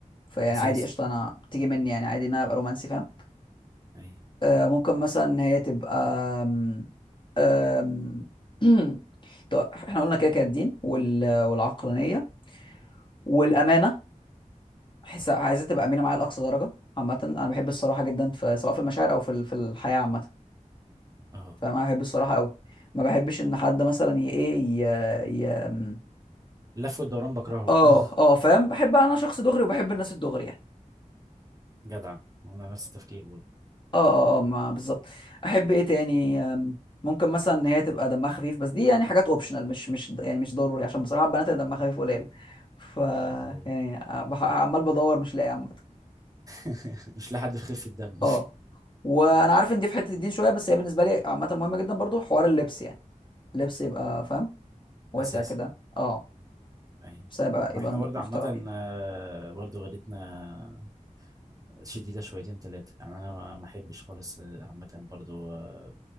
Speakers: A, on the left; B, on the right.
A: فيعني
B: اساسي
A: عادي قشطه انا بتيجي مني يعني عادي ان انا ابقى رومانسي فاهم
B: ايوه
A: آه ممكن مثلا إن هي تبقى آم، آم، <clears throat> طب احنا قلنا كده كده الدين وال... والعقلانيه والامانه احس عايزة تبقى امينه معايا لاقصى درجه عامه انا بحب الصراحه جدا في سواء في المشاعر او في ال- في الحياه عامه
B: اهو
A: فانا بحب الصراحه قوي ما بحبش ان حد مثلا ي ايه ي... ي... م-
B: اللف والدوران بكرهه
A: اه
B: <laughs>
A: اه فاهم بحب انا شخص دغري وبحب الناس الدغري يعني
B: جدع انا نفس التفكير برضه
A: اه اه اه ما بالظبط احب ايه تاني أم، ممكن مثلا ان هي تبقى دمها خفيف بس دي يعني حاجات اوبشنال مش مش يعني مش ضروري عشان بصراحه البنات اللي دمها خفيف قليل ف
B: ايوه
A: يعني آه، بح- عمال بدور مش لاقي
B: <laughs> مش لحد يخف الدم
A: اه وانا عارف ان دي في حته الدين شويه بس هي بالنسبه لي عامه مهمه جدا برضو حوار اللبس يعني اللبس يبقى فاهم واسع
B: <laughs> اساسي
A: كده اه
B: ايوه
A: بس يبقى يبقى
B: احنا برضه
A: محترمين
B: عامة آه، برضه غيرتنا شديدة شويتين تلاتة يعني انا ما ما احبش خالص آه، عامة برضه آه،